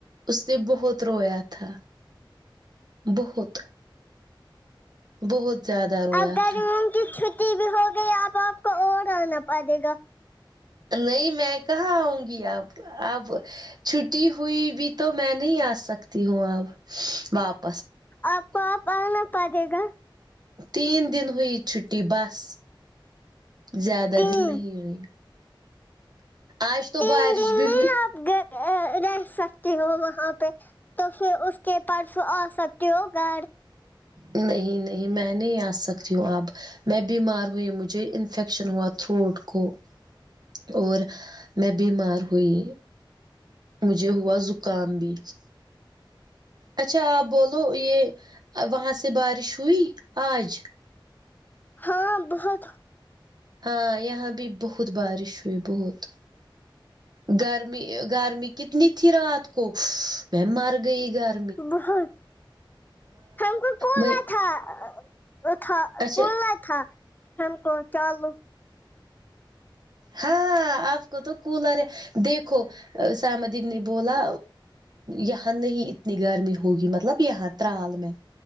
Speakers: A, on the right; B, on the left.
A: اس نے بہت رویا تھا بہت بہت زیادہ رویا
B: اب گرمیوں
A: تھا
B: کی چھٹی بھی ہوگئی اب آپ کو اور آنا پڑے گا
A: نہیں میں کہاں آؤں گی اب اب چھٹی ہوئی بھی تو میں نہیں آ سکتی ہوں اب واپ
B: آپ کو اب آنا پڑے گا
A: تین دن ہوئی چھٹی بس زیادہ
B: تین
A: دن نہیں ہوئی آج تو
B: تین
A: بارش
B: دن
A: بھی
B: نہیں
A: ہوی
B: رہ سکتی ہو وہاں پہ تو پھر اس کے پرسوں آسکتے ہو گھر
A: نہیں نہیں میں نہیں آ سکتی ہوں اب میں بیمار ہوئی مجھے انفیکشن ہوا تھروٹ کو اور میں بیمار ہوئی مجھے ہوا زکام بھی اچھا آپ بولو یہ وہاں سے بارش ہوئی آج
B: ہاں بہت
A: ہاں یہاں بھی بہت بارش ہوئی بہت گرمی گرمی کتنی تھی رات کو میں مر گئی گھر
B: بہت ہم کو کھولنا
A: میں
B: تھا وہ تھا
A: اچھا
B: کنا تھا ہم کو چالو
A: ہاں آپ کو تو کولر ہے دیکھو سمدین نے بولا یہاں نہیں اتنی گرمی ہوگی مطلب یہاں ترال میں